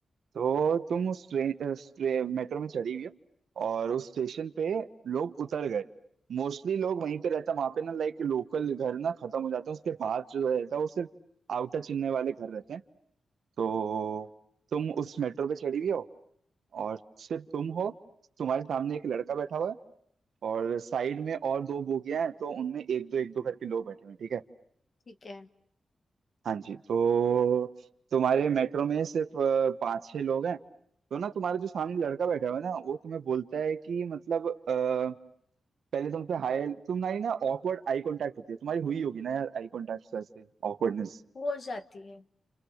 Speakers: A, on the right; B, on the left.
A: तो तुम उस ट्रेन मेट्रो में चढ़ी हुई हो और उस स्टेशन पे लोग उतर गए मोस्टली लोग वहीं पे रहता वहां पे ना लाइक लोकल घर ना खत्म हो जाते हैं उसके बाद जो रहता है वो सिर्फ आउटर चेन्नई वाले घर रहते हैं तो तुम उस मेट्रो पे चढ़ी हुई हो और सिर्फ तुम हो तुम्हारे सामने एक लड़का बैठा हुआ है और साइड में और दो बोगियां हैं तो उनमें एक दो एक दो करके लोग बैठे हुए हैं ठीक है
B: ठीक है
A: हाँ जी तो तुम्हारे मेट्रो में सिर्फ अ, पाँच छह लोग हैं तो ना तुम्हारा जो सामने लड़का बैठा हुआ है ना वो तुम्हें बोलता है कि मतलब अ, पहले तुमसे हाय तुम्हारी ना ऑकवर्ड आई कांटेक्ट होती है तुम्हारी हुई होगी ना यार आई कांटेक्ट ऐसे ऑकवर्डनेस
B: हो जाती है